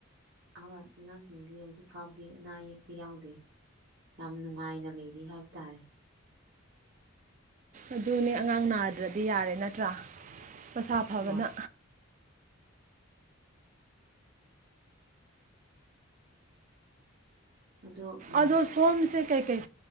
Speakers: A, on the right (about 55°); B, on the right (about 35°).
A: ꯑꯍꯣꯏ ꯑꯉꯥꯡꯁꯤꯡꯗꯤ ꯍꯧꯖꯤꯛ ꯐꯥꯎꯗꯤ ꯑꯅꯥ ꯑꯌꯦꯛꯇꯤ ꯌꯥꯎꯗꯦ ꯌꯥꯝ ꯅꯨꯡꯉꯥꯏꯅ ꯂꯩꯔꯤ ꯍꯥꯏꯕ ꯇꯥꯔꯦ
B: ꯑꯗꯨꯅꯦ ꯑꯉꯥꯡ ꯅꯥꯗ꯭ꯔꯗꯤ ꯌꯥꯔꯦ ꯅꯠꯇ꯭ꯔꯥ ꯃꯁꯥ ꯐꯕꯅ
A: ꯍꯣꯏ ꯑꯗꯣ ꯎꯝ
B: ꯑꯗꯣ ꯁꯣꯝꯁꯦ ꯀꯩ ꯀꯔꯤ